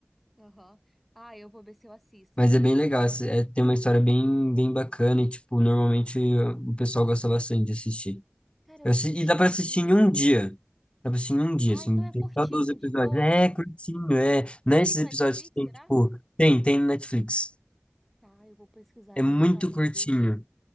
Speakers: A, in the centre; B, on the left.
A: Aham. Ah, eu vou ver se eu assisto.
B: Mas é bem legal, esse- é, tem uma história bem, bem bacana e, tipo, normalmente uh, o pessoal gosta bastante de assistir.
A: Cara, eu
B: Eu
A: assisti
B: assi- e dá pra assistir
A: um.
B: em um dia. Dá pra assistir em um dia,
A: Ah,
B: assim,
A: então é
B: tem
A: curtinho,
B: só 12 episódios.
A: de boa,
B: É,
A: né?
B: curtinho, é. Não é esses
A: Tem no
B: episódios
A: Netflix,
B: que tem,
A: será?
B: tipo, tem, tem no Netflix.
A: Tá, eu vou pesquisar
B: É
A: ele
B: muito
A: então pra
B: curtinho.
A: poder ver.